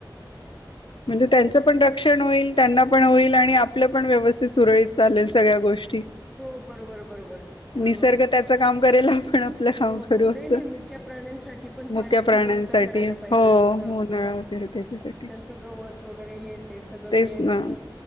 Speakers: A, on the left; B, in the centre.
A: <unintelligible> म्हणजे त्यांच पण रक्षण होईल त्यांना पण होईल आणि आपलं पण व्यवस्थित सुरळीत चालेल सगळ्या गोष्टी
B: हो बरोबर बरोबर बरोबर
A: निसर्ग त्याचं काम करेल आपण आपलं काम
B: हो हो
A: करू
B: नाही
A: असं
B: नाही मुख्य प्राण्यांसाठी पण
A: मुक्या
B: पाण्याची
A: प्राण्यांसाठी
B: व्यवस्था करायला
A: हो
B: पाहिजे ह
A: उन्हाळा वगैरे त्याच्यासाठी
B: त्यांच गवत वगैरे हे ते सगळं
A: तेच
B: मिळेल
A: ना
B: असं